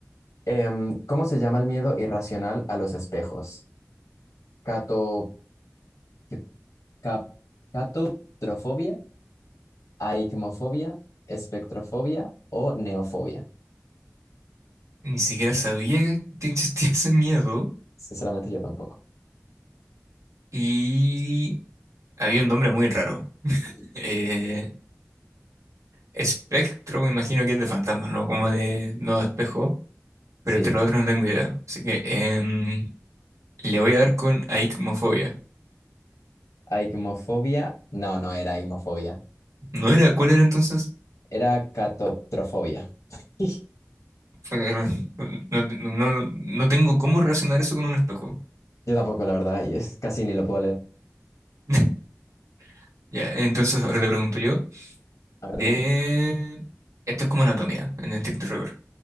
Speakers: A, on the left; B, on the right.
A: Em, ¿cómo se llama el miedo irracional a los espejos? Cato, ¿qué- cap- catotrofobia, aikmofobia, espectrofobia o neofobia.
B: Ni siquiera sabía que, que existía ese miedo
A: Sinceramente yo tampoco.
B: y había un nombre muy raro. Eh, Espectro, me imagino que es de fantasma, ¿no? Como de no de espejo, pero
A: Sí,
B: entre los otros no tengo idea. Así que em, le voy a dar con aicmofobia.
A: aigmofobia. No, no era aigmofobia.
B: ¿No era? ¿Cuál era entonces?
A: Era catotrofobia. <laughs>
B: <laughs> No, no, no- no tengo cómo relacionar eso con un espejo.
A: Yo tampoco, la verdad, y es, casi ni lo puedo leer.
B: <laughs> Ya, entonces ahora te pregunto yo,
A: A ver,
B: de...
A: dime.
B: Esto es como anatomía, en estricto rigor.